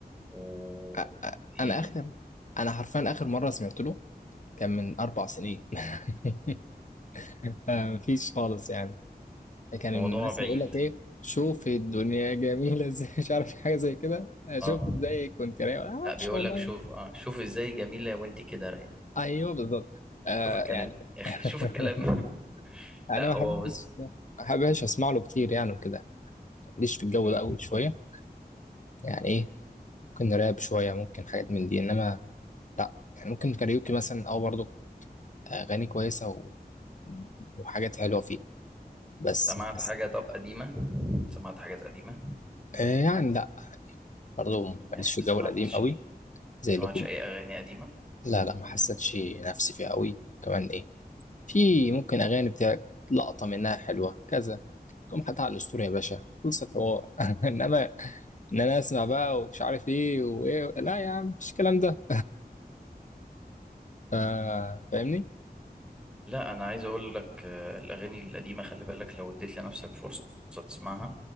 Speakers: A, in the centre; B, on the left.
A: و
B: أ- أ-
A: إيه
B: انا اخر انا حرفيا اخر مره سمعت له كان من اربع سنين <laughs> مفيش خالص يعني كان
A: الموضوع
B: الناس
A: بعيد
B: يقول لك ايه شوف الدنيا جميله ازاي <laughs> مش عارف حاجه زي كده آه،
A: اه
B: شوف ازاي كنت رايق آه، ما
A: لا بيقول
B: شاء الله
A: لك شوف
B: يعني.
A: اه شوف ازاي جميله وانت كده رايقه
B: ايوه بالظبط آه
A: شوف الكلام
B: يعني
A: يا اخي
B: <laughs>
A: شوف الكلام <laughs>
B: انا
A: لا
B: ما
A: هو
B: بحبش
A: بص
B: ما بحبش اسمع له كتير يعني وكده ماليش في الجو
A: مم.
B: ده قوي شويه يعني ايه ممكن راب شويه ممكن حاجات من دي انما لا يعني ممكن كاريوكي مثلا او برضه اغاني كويسه و... وحاجات حلوه فيه بس
A: سمعت
B: ما حس...
A: حاجه طب قديمه سمعت حاجات قديمه
B: آه يعني لا برضه
A: يعني
B: ماليش
A: ما
B: في
A: سمعتش
B: الجو القديم قوي زي
A: ما سمعتش
B: لكم
A: اي اغاني قديمه
B: لا لا ما حسيتش نفسي فيه قوي كمان ايه في ممكن اغاني بتاع لقطه منها حلوه كذا تقوم حاططها على الاسطوري يا باشا خلص الحوار <laughs> انما ان انا اسمع بقى ومش عارف ايه وايه لا يا عم مش الكلام ده فا- فاهمني
A: لا انا عايز اقول لك آه، الاغاني القديمه خلي بالك لو اديت لنفسك فرصه تسمعها